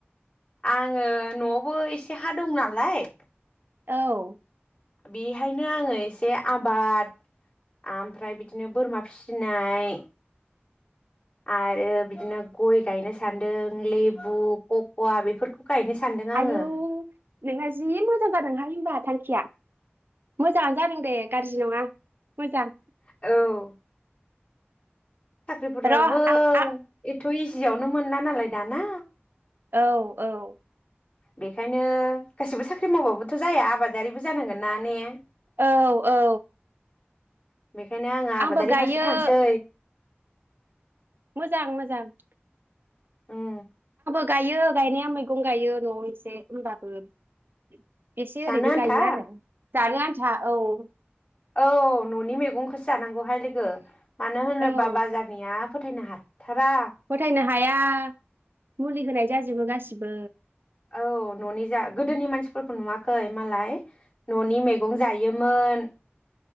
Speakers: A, on the left (about 35°); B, on the right (about 55°).
A: आङो नआवबो एसे हा दं नालाय
B: औ
A: बेहायनो आङो एसे आबाद आमफ्राय बिदिनो बोरमा फिसिनाय आरो बिदिनो गय गायनोसै सान्दों लेबुक ककवा बेफोरखौ गायनो सानदों आङो
B: आयौ नोंहा जि मो <unintelligible> बाहाय होनबा थांखिया मोजाङानो जादों दे गारजि नङा मोजां
A: औ साख्रिफोराबबो
B: र' आं आ
A: एथ इजियावनो मोनला नालाय । दाना
B: औ औ ।
A: बेखायनो गासिबो साख्रि मावबाबोथ‌ जाया आबादारिबो जानांगोन ना ने
B: औ औ
A: बेखायनो आङो आबादारि
B: आंबो गायो
A: फारसे थांसै
B: । मोजां मोजां ।
A: उम
B: गायो गायनाया मैगं गायो न'आव एसे होमबाबो । एसे
A: जानो
B: ओरैनो
A: आन्था
B: गायो आरो जानो आनथा । जा औ
A: औ न'नि मेगंखौसो जानांगौहाय लोगो मानो होनोबा
B: औ
A: बाजारनिया फोथायनो हा थारा
B: फोथायनो हाया मुलि होनाय जाजोबो गासिबो
A: औ न'नि जा गोदोनि मानसिफोरखौ नुवाखै मालाय न'नि मेगं जायोमोन